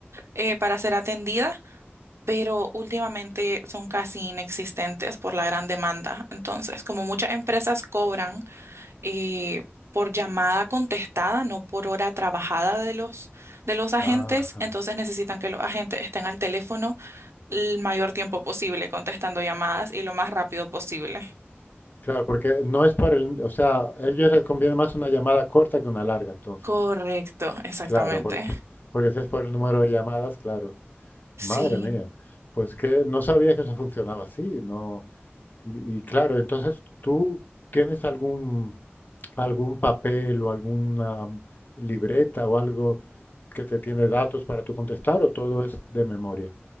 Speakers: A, on the right; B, on the left.
A: eh, para ser atendida, pero últimamente son casi inexistentes por la gran demanda. Entonces, como muchas empresas cobran eh, por llamada contestada, no por hora trabajada de los, de los agentes,
B: ajá.
A: entonces necesitan que los agentes estén al teléfono el mayor tiempo posible contestando llamadas y lo más rápido posible.
B: Claro, porque no es por el, o sea, a ellos les conviene más una llamada corta que una larga, entonces.
A: Correcto, exactamente.
B: Claro, porque, porque si es por el número de llamadas, claro.
A: Sí.
B: Madre mía, pues que no sabía que eso funcionaba así, no. Y, y claro, entonces tú tienes algún algún papel o alguna mm, libreta o algo que te tiene datos para tú contestar o todo es de memoria.